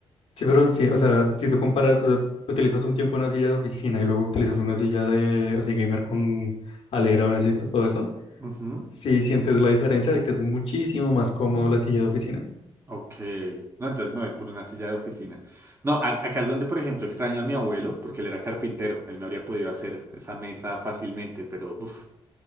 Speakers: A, on the left (about 65°); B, on the right (about 25°).
A: Sí, pero sí, o sea, si tú comparas, o sea, utilizas un tiempo una silla de oficina y luego utilizas una silla de así gamer con alerón, así todo eso.
B: Ujú,
A: Sí, sientes la diferencia de que es muchísimo más cómodo la silla de oficina.
B: Ok, no, entonces me voy a ir por una silla de oficina. No, a- acá es donde, por ejemplo, extraño a mi abuelo, porque él era carpintero, él me habría podido hacer esa mesa fácilmente, pero, uf,